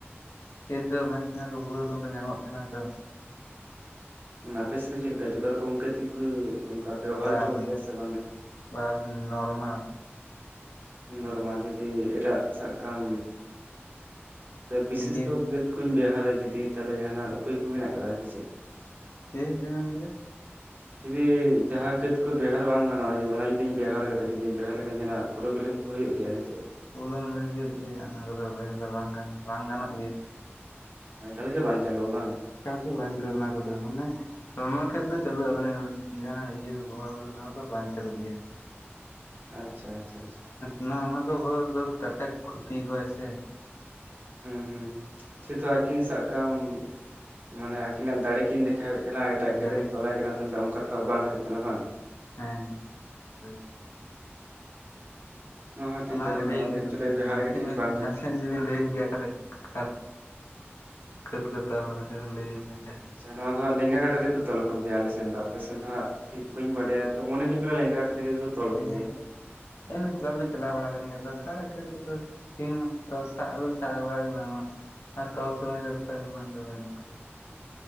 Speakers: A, on the left; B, on the right.
A: ᱠᱟᱹᱛ ᱫᱚ ᱢᱮᱱ ᱛᱟᱦᱮᱱᱟᱠᱚ ᱵᱚᱦᱩ ᱨᱚᱠᱚᱡ ᱛᱮ ᱧᱟᱢᱚᱜ ᱛᱟᱦᱮᱱᱟ ᱛᱚ
B: ᱢᱟᱱᱮ ᱟᱯᱮ ᱥᱮᱫ ᱫᱚ ᱪᱮᱫ ᱞᱮᱠᱟ ᱡᱚᱛᱚ ᱨᱚᱠᱚᱢ ᱠᱟᱹᱛ ᱜᱮ ᱠᱚ ᱚᱱᱠᱟ ᱵᱮᱣᱦᱟᱨ
A: ᱵᱟ
B: ᱦᱚᱪᱚᱣᱟᱜ
A: ᱵᱟ
B: ᱜᱮᱭᱟ ᱥᱮ ᱵᱟᱝᱜᱮ?
A: ᱵᱟᱝ ᱱᱚᱨᱢᱟᱞ
B: ᱱᱚᱨᱢᱟᱞ ᱡᱩᱫᱤ ᱮᱴᱟᱜ ᱥᱟᱵ ᱠᱟᱢ ᱵᱤᱥᱮᱥᱛᱚ
A: ᱵᱤᱥ
B: ᱠᱟᱹᱛ ᱠᱚᱧ ᱵᱮᱣᱦᱟᱨᱟ ᱡᱩᱫᱤ ᱛᱟᱦᱚᱞᱮ ᱡᱟᱦᱟᱸᱱᱟᱜ ᱩᱯᱟᱹᱭ ᱠᱚ ᱢᱮᱱᱟᱜ ᱟᱠᱟᱫᱟ ᱥᱮ ᱪᱮᱫ?
A: ᱪᱮᱫ ᱵᱮᱱ ᱢᱮᱱ ᱠᱮᱫᱟ?
B: ᱡᱩᱫᱤ ᱡᱟᱦᱟᱸ ᱠᱟᱹᱛ ᱠᱚ ᱵᱮᱣᱦᱟᱨ ᱵᱟᱝ ᱜᱟᱱᱚᱜ-ᱟ ᱡᱚ ᱚᱱᱟ ᱡᱩᱫᱤᱧ ᱵᱮᱣᱦᱟᱨ ᱠᱟᱫᱟ ᱡᱩᱫᱤᱢ ᱵᱮᱣᱦᱟᱨ ᱞᱮᱠᱷᱟᱱ ᱡᱟᱦᱟ ᱱᱟᱜ ᱯᱨᱚᱵᱞᱮᱢ ᱠᱚ ᱦᱩᱭᱩᱜ ᱜᱮᱭᱟ ᱥᱮ ᱪᱮᱫ?
A: <unintelligible> ᱚᱱᱟ ᱠᱚᱫᱚ ᱵᱮᱣᱦᱟᱨ ᱫᱚ ᱵᱟᱝ ᱵᱟᱝ ᱜᱟᱱᱚᱜ ᱜᱮᱭᱟ᱾
B: <unintelligible> ᱞᱟᱹᱜᱤᱜ ᱜᱮ ᱵᱟᱝ ᱪᱟᱞᱩᱣᱟ ᱵᱟᱝ?
A: ᱮᱠᱟᱞ ᱛᱮ ᱵᱟᱝ ᱪᱟᱞᱩᱣᱟ ᱚᱱᱟ ᱠᱚᱫᱚ ᱢᱟᱱᱮ ᱠᱚᱨᱢᱚ ᱠᱷᱮᱛ ᱫᱚ ᱪᱟᱹᱞᱩᱜ-ᱟ ᱢᱟᱱᱮ ᱡᱟᱦᱟᱱᱟᱜ ᱤᱭᱟᱹ ᱵᱮᱵᱚᱦᱟᱨ ᱚᱱᱟ ᱠᱚᱫᱚ ᱵᱟᱝ ᱪᱟᱹᱞᱩᱜ ᱜᱮᱭᱟ᱾
B: ᱟᱪᱪᱷᱟ ᱟᱪᱪᱷᱟ ᱟᱪᱪᱷᱟ᱾
A: ᱚᱱᱟ ᱚᱱᱮ ᱫᱚ ᱴᱟᱴᱠᱟ ᱠᱷᱩᱛᱤ ᱠᱚᱣᱟ ᱥᱮ᱾
B: ᱦᱩᱸ ᱦᱩᱸ ᱥᱮ ᱛᱚ ᱟᱹᱠᱤᱱ ᱥᱟᱵ ᱠᱟᱜ-ᱟᱢ ᱢᱟᱱᱮ ᱟᱹᱠᱤᱱᱟᱜ ᱫᱟᱲᱮ ᱠᱤᱱ ᱫᱮᱠᱷᱟᱣᱮᱫ ᱠᱟᱱᱟ ᱮᱴᱟᱜ ᱠᱟᱹᱛ ᱠᱟᱛᱮᱢ
A: ᱜᱟᱹᱰᱤ
B: ᱛᱚᱞᱟᱭ ᱠᱟᱱᱟ ᱛᱟᱦᱮ ᱫᱚ ᱚᱱᱠᱟ ᱛᱚᱸ ᱵᱟᱝ ᱦᱩᱭᱩᱜ ᱠᱟᱱᱟ ᱵᱟᱝ᱾
A: ᱦᱮᱸ ᱦᱮᱸ ᱦᱳᱭ
B: ᱟᱪᱪᱷᱟ᱾ ᱦᱚᱸ ᱴᱷᱤᱠ
A: ᱚᱱᱟ
B: ᱠᱟᱛᱷᱟ ᱜᱮ
A: ᱞᱟᱹᱭ
B: ᱫᱚ ᱮᱠᱪᱩᱭᱮᱞᱤ ᱵᱮᱣᱦᱟᱨ
A: ᱱᱟᱥᱮ
B: ᱜᱮ ᱴᱷᱤᱠ ᱵᱟᱝ ᱠᱟᱱᱟ᱾
A: ᱱᱟᱥᱮ ᱱᱟᱜ ᱡᱩᱫᱤ ᱵᱮᱱ ᱞᱟᱹᱭᱟᱹᱧ ᱠᱤᱧᱟ ᱚᱠᱟᱴᱟᱜ <unintelligible> ᱠᱟ. ᱛ ᱠᱚ ᱛᱚᱞ ᱞᱮᱱᱟ ᱥᱮ ᱵᱟᱝ ᱞᱟᱹᱭᱤᱧ ᱢᱮ᱾
B: ᱥᱮ ᱱᱚᱣᱟ ᱫᱚ ᱦᱟᱜ ᱞᱮᱜᱟ ᱠᱟᱴᱟ ᱛᱮᱠᱚ ᱛᱚᱞ ᱟᱠᱚ ᱜᱮᱭᱟ ᱟᱞᱮᱥᱮᱱ ᱫᱚ ᱟᱯᱮᱥᱮᱱ ᱫᱚ ᱦᱟᱸᱜ ᱴᱷᱤᱠ ᱵᱟᱹᱧ ᱵᱟᱰᱟᱭᱟ ᱛᱚ ᱢᱚᱱᱮ ᱦᱩᱭᱩᱜ ᱞᱮᱸᱜᱟ ᱠᱟᱛᱮᱫ ᱜᱮ ᱛᱚᱞ ᱟᱠᱚ
A: ᱞᱤᱧᱟ
B: ᱜᱮᱭᱟ᱾
A: <unintelligible> ᱪᱟᱞᱟᱣ ᱫᱚᱞᱤᱧ ᱪᱟᱞᱟᱣ ᱵᱟᱲᱟ ᱟᱠᱟᱱ ᱜᱮᱭᱟ ᱚᱠᱟᱨᱮ <unintelligible> ᱛᱤᱱ ᱚᱠᱛᱚ ᱥᱟᱵ ᱫᱤᱧ ᱥᱟᱵ <unintelligible> ᱟᱨ ᱛᱚᱞ ᱥᱚᱢᱚᱭ <unintelligible> ᱩᱱᱟᱹᱜ ᱫᱚ ᱵᱟᱧ ᱞᱚᱠᱠᱷᱚᱭᱟ᱾